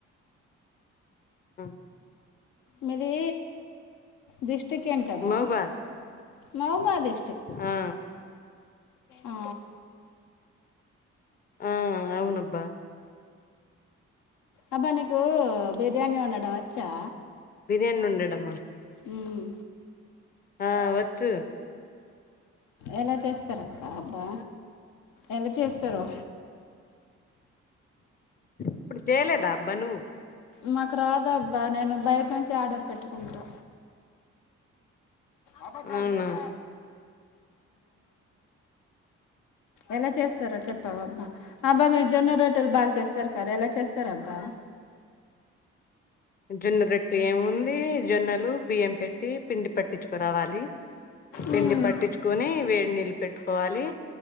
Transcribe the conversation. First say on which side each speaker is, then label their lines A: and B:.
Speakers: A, on the left; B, on the left.
A: ఆ
B: మీది డిస్టిక్ ఏంటారా
A: మహబాద్
B: మావోబాది
A: ఆ
B: ఆ
A: ఆ అవునబ్బా
B: అబ్బా నీకు బిర్యానీ వండడం వచ్చా
A: బిర్యానీ వండడం మా
B: మ్మ్.
A: ఆ వచ్చు
B: ఎలా చేస్తారు అక్క అబ్బా ఎలా చేస్తరు
A: ఎప్పుడు చేయలేదా అబ్బా నువ్వు
B: మాకు రాదబ్బా నేను బయట నుంచి ఆర్డర్ పెట్టుకుంటా అబ్బా
A: అవునా
B: <unintelligible> ఎలా చేస్తారో చెప్పావా అబ్బా అబ్బా మీరు జొన్న రోట్టెలు బాగా చేస్తారు కదా ఎలా చేస్తార అబ్బా
A: జొన్న రొట్టె ఏముంది జొన్నలు బియ్యం పెట్టి పిండి పట్టించుకురావాలి పిండి
B: ఉమ్
A: పట్టించుకొని వేడినీళ్ళు పెట్టుకోవాలి